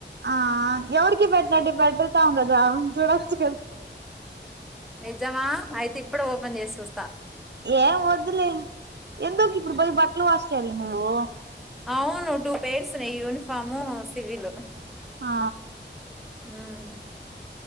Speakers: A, on the right (about 65°); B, in the centre.
A: ఆ ఎవరికి బెట్టినట్టె పెడతాం గదా చూడొచ్చు
B: నిజమా అయితే ఇప్పుడే ఓపెన్ చేసి చూస్
A: ఏం వద్దులే ఎందుకు ఇప్పుడు పోయి బట్టలు వాష్ చేయాల నువ్వు
B: అవును టూ పేర్స్ ఉన్నయ్ యూనిఫాము సివిలు
A: ఆ
B: ఊహ్